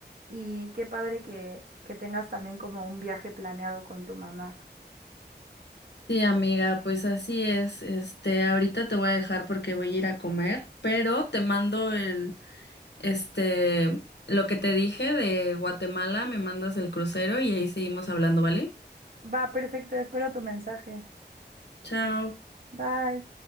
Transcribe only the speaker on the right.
y qué padre que, que tengas también como un viaje planeado con tu mamá.
Va, perfecto, espero tu mensaje.
Bye.